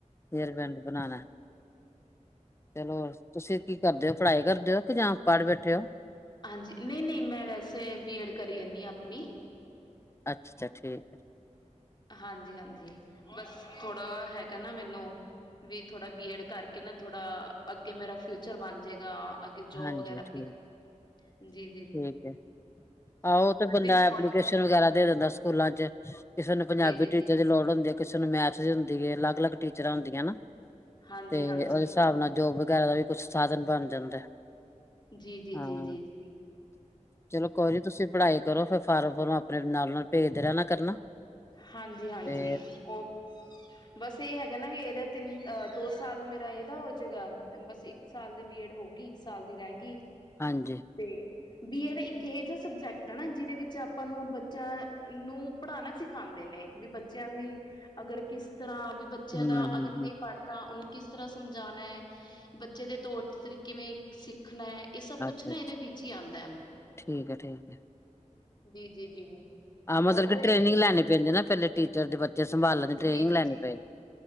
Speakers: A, on the left (about 20°); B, on the left (about 35°).
A: ਹੇਅਰਬੈਂਡ ਬਣਾਉਣਾ ਚਲੋ ਤੁਸੀਂ ਕੀ ਕਰਦੇ ਹੋ ਪੜ੍ਹਾਈ ਕਰਦੇ ਹੋ। ਕਿ ਜਾਂ ਪੜ੍ਹ ਬੈਠੇ ਹੋ।
B: ਹਾਂਜੀ ਨਹੀਂ-ਨਹੀਂ ਮੈਂ ਵੈਸੇ ਬੀ ਐਡ ਕਰੀ ਆਦੀ ਹਾਂ ਆਪਣੀ
A: ਅੱਛਾ-ਅੱਛਾ ਠੀਕ ਏ।
B: ਹਾਂਜੀ- ਹਾਂਜੀ ਬਸ ਥੋੜਾ ਹੈਗਾ ਨਾ ਮੈਨੂੰ ਵੀ ਥੋੜਾ ਬੀ ਐਡ ਕਰਕੇ ਨਾ ਥੋੜਾ ਅੱਗੇ ਮੇਰਾ ਫਿਊਚਰ ਬਣ ਜਾਏਗਾ। ਅੱਗੇ ਜੋਬ
A: ਹਾਂਜੀ
B: ਵਗੈਰਾ
A: ਠੀਕ
B: ਵੀ ਜੀ।
A: ਠੀਕ ਹੈ ਆਹੋ ਤੇ ਬੰਦਾ
B: ਵੀ ਸਪੋਰਟਿਵ
A: ਐਪਲੀਕੇਸ਼ਨ ਵਗੈਰਾ ਦੇ ਦਿੰਦਾ। ਸਕੂਲਾਂ 'ਚ ਕਿਸੇ ਨੂੰ ਪੰਜਾਬੀ
B: ਜੀ-ਜੀ-ਜੀ।
A: ਟੀਚਰ ਦੀ ਲੋੜ ਹੁੰਦੀ। ਕਿਸੇ ਨੂੰ ਮੈਥ ਦੀ ਹੁੰਦੀ ਹੈ ਅਲੱਗ -ਅਲੱਗ ਟੀਚਰਾਂ ਹੁੰਦੀਆਂ ਨਾ।
B: ਹਾਂਜੀ-ਹਾਂਜੀ,
A: ਤੇ ਉਹਦੇ ਹਿਸਾਬ ਨਾਲ ਜੋਬ ਵਗੈਰਾ ਦਾ ਵੀ ਕੁਛ ਸਾਧਨ ਬਣ ਜਾਂਦਾ।
B: ਜੀ ਜੀ
A: ਹਾਂ
B: ਜੀ ਜੀ ਜ
A: ਚਲੋ ਕੋਈ ਨੀ ਤੁਸੀਂ ਪੜ੍ਹਾਈ ਕਰੋ ਫਿਰ ਫਾਰਮ ਫਰਮ ਆਪਣੇ ਨਾਲ ਨਾਲ ਭੇਜਦੇ ਰਹਿਣਾ ਕਰਨਾ
B: ਹਾਂਜੀ ਹਾਂਜੀ
A: ਤੇ
B: ਉਹ ਬਸ ਇਹ ਹੈਗਾ ਨਾ ਵੀ ਇਹਦਾ ਤਿੰਨ ਅਹ ਦੋ ਸਾਲ ਮੇਰਾ ਇਹਦਾ ਹੋਜੂਗਾ। ਬਸ ਇੱਕ ਸਾਲ ਦੀ ਬੀ ਏਡ ਹੋ ਗਈ ਇੱਕ ਸਾਲ ਦੀ ਰਹਿ ਗਈ।
A: ਹਾਂਜੀ
B: ਤੇ ਬੀ ਐਡ ਇੱਕ ਇਹ ਜਿਹਾ ਸਬਜੈਕਟ ਹੈ ਨਾ ਜਿਹਦੇ ਵਿੱਚ ਆਪਾਂ ਨੂੰ ਬੱਚਿਆਂ ਨੂੰ ਪੜ੍ਹਾਣਾ ਸਿੱਖ ਖਾਂਦੇ ਨੇ ਵੀ ਬੱਚਿਆਂ ਦੀ ਅਗਰ ਕਿਸ ਤਰ੍ਹਾਂ ਵੀ ਬੱਚਿਆਂ
A: ਹਮ
B: ਦਾ
A: ਹਮ
B: ਅਗਰ
A: ਹਮ
B: ਨਹੀਂ ਪੜ੍ਹ ਤਾਂ ਉਹਨੂੰ ਕਿਸ ਤਰ੍ਹਾਂ ਸਮਝਾਣਾ ਹੈ ਬੱਚੇ ਦੇ ਤੌਰ ਤੀਰ ਕਿਵੇਂ ਸਿੱਖਣਾ ਐ। ਇਹ ਸਭ ਕੁਛ
A: ਅੱਛਾ
B: ਨਾ
A: ਅੱਛਾ
B: ਇਹਦੇ ਵਿੱਚ ਹੀ ਆਂਦਾ।
A: ਠੀਕ ਹੈ-ਠੀਕ ਹੈ।
B: ਜੀ ਜੀ ਜੀ
A: ਆਹ ਮਤਲਬ
B: ਉਹ
A: ਕਿ
B: ਫਿਰ
A: ਟ੍ਰੇਨਿੰਗ ਲੈਣੀ ਪੈਂਦੇ ਨਾ ਪਹਿਲੇਾਂ ਟੀਚਰ ਦੇ ਬੱਚੇ ਤੇ ਸੰਭਾਲਣ ਦੀ ਟ੍ਰੇਨਿੰਗ
B: ਜੀ ਜੀ
A: ਲੈਣੀ
B: ਜੀ
A: ਪਈ